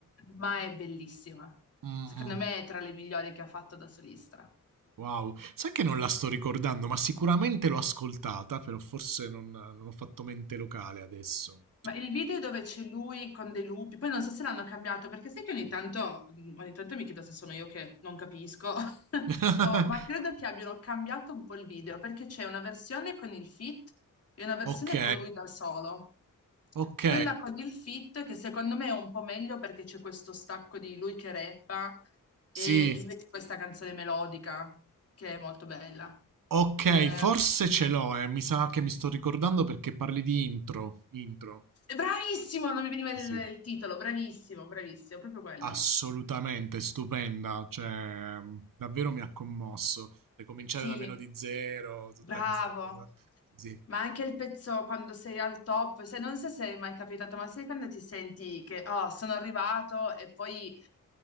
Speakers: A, on the left (about 45°); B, on the right (about 85°).
A: ma è bellissima.
B: Mm,
A: Secondo
B: mm.
A: me è tra le migliori che ha fatto da solista.
B: Wow, sai che non la sto ricordando, ma sicuramente l'ho ascoltata, però forse non, non ho fatto mente locale adesso.
A: Ma il video è dove c'è lui con dei lupi, poi non so se l'hanno cambiato, perché sai che ogni tanto, mm, ogni tanto mi chiedo se sono io che non capisco, <laughs>
B: <laughs>
A: o- ma credo che abbiano cambiato un po' il video, perché c'è una versione con il fit e una versione
B: Ok,
A: con lui da solo.
B: ok,
A: Quella con il fit, che secondo me è un po' meglio perché c'è questo stacco di lui che rappa e
B: sì,
A: invece questa canzone melodica, che è molto bella.
B: ok,
A: Eh,
B: forse ce l'ho, eh. Mi sa che mi sto ricordando perché parli di intro, intro.
A: bravissimo, non mi veniva il
B: Sì, sì,
A: il titolo, bravissimo, bravissimo, proprio quello.
B: assolutamente stupenda, cioè mh, davvero mi ha commosso. Ricominciare
A: Sì,
B: da meno di zero, tutta
A: bravo.
B: questa cosa. Sì,
A: Ma anche il pezzo quando sei al top, se non so se è mai capitato, ma sai quando ti senti che oh, sono arrivato e poi